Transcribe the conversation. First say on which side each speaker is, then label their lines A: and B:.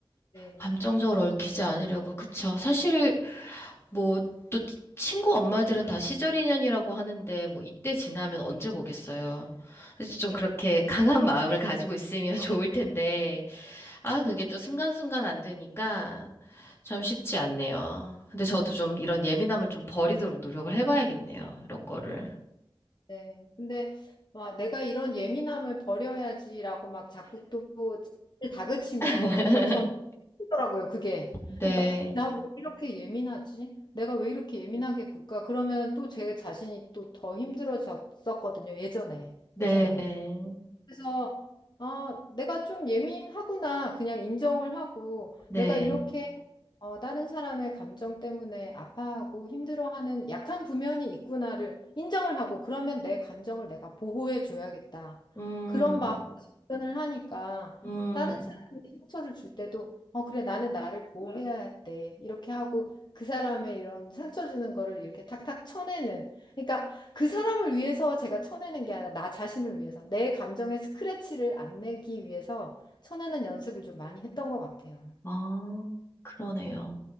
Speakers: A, on the left (about 50°); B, on the left (about 25°).
A: 네.
B: 감정적으로 얽히지 않으려고, 그쵸. 사실 뭐, 또 친구 엄마들은 다 시절 인연이라고 하는데, 뭐, 이때 지나면 언제 보겠어요. 그래서 좀 그렇게 강한 마음을 가지고 있으면 <laughs> 좋을 텐데, 아, 그게 또 순간순간 안 되니까 참 쉽지 않네요. 근데 저도 좀 이런 예민함을 좀 버리도록 노력을 해봐야겠네요. 이런 거를.
A: 네. 근데 막 내가 이런 예민함을 버려야지라고 막 자꾸 또 자기를 다그치면
B: <laughs>
A: 또 저는 힘들더라고요. 그게.
B: 네,
A: 그러니까 나 왜 이렇게 예민하지? 내가 왜 이렇게 예민하게 굴까? 그러면 또 제 자신이 또 더 힘들어졌었거든요. 예전에.
B: 네,
A: 예전에. 그래서 아, 내가 좀 예민하구나 그냥 인정을 하고
B: 네.
A: 내가 이렇게 어, 다른 사람의 감정 때문에 아파하고 힘들어하는 약한 부면이 있구나를 인정을 하고 그러면 내 감정을 내가 보호해 줘야겠다.
B: 음,
A: 그런 마음으로 접근을 하니까
B: 음,
A: 다른 사람이 상처를 줄 때도 어, 그래 나는 나를 보호해야 돼. 이렇게 하고 그 사람의 이런 상처 주는 거를 이렇게 탁탁 쳐내는 그러니까 그 사람을 위해서 제가 쳐내는 게 아니라 나 자신을 위해서 내 감정에 스크래치를 안 내기 위해서 쳐내는 연습을 좀 많이 했던 것 같아요.
B: 아, 그러네요.